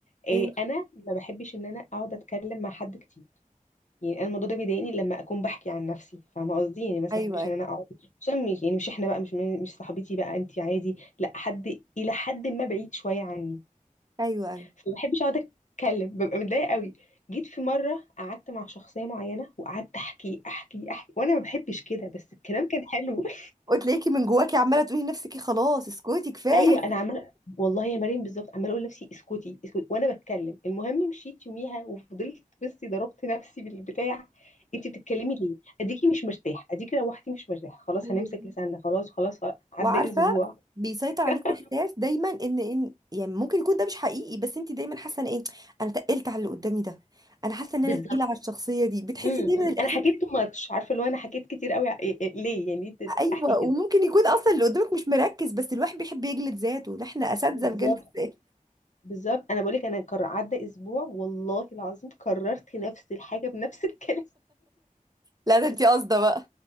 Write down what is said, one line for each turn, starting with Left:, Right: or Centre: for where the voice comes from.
Left: إيه
Right: ايه
Left: انا ما بحبش ان انا اقعد اتكلم مع حد كتير يعني انا الموضوع ده بيضايقني لما اكون بحكي عن نفسي فاهمه قصدي يعني مثلا
Right: ايوه
Left: ما بحبش
Right: ايوه
Left: ان انا اقعد خصوصا مش- يعني مش احنا بقى مش مش صاحبتي بقى انت عادي لا حد الى حد ما بعيد شويه عني
Right: ايوه ايوه
Left: فما بحبش اقعد اتكلم ببقى متضايقه قوي جيت في مره قعدت مع شخصيه معينه وقعدت احكي احكي احكي وانا ما بحبش كده بس الكلام كان حلو <laughs>
Right: وتلاقيكي من جواكي عماله تقولي لنفسك إيه، خلاص اسكتي كفايه
Left: ايوه انا عماله والله يا مريم بالظبط عماله اقول لنفسي اسكتي اسكتي وانا بتكلم المهم مشيت يوميها وفضلت بصي ضربت نفسي بالبتاع انت بتتكلمي ليه اديكي مش مرتاح اديكي روحتي مش مرتاح خلاص
Right: <laughs> ايوه
Left: هنمسك لساننا خلاص خلاص خلاص. عدى
Right: وعارفه
Left: اسبوع
Right: بيسيطر عليكي
Left: <laughs>
Right: احساس دايما ان ان يعني ممكن يكون ده مش حقيقي بس انت دايما حاسه ان ايه انا تقلت على اللي قدامي ده انا حاسه ان
Left: بالظبط
Right: انا تقيله على الشخصيه دي بتحسي
Left: امم
Right: دايما الاحساس
Left: انا حكيت
Right: ده.
Left: تو ماتش عارفه اللي هو انا حكيت كتير قوي ع- إيه- إيه- ليه يعني ليه ت-
Right: ايوه
Left: احكي كده
Right: وممكن يكون اصلا اللي قدامك مش مركز بس الواحد بيحب يجلد ذاته ده احنا اساتذه
Left: بالظبط
Right: في جلد الذات
Left: بالظبط انا بقولك انا كر... عدى اسبوع والله العظيم كررت نفس الحاجه بنفس <laughs> الكلام
Right: لا ده انت قاصده بقى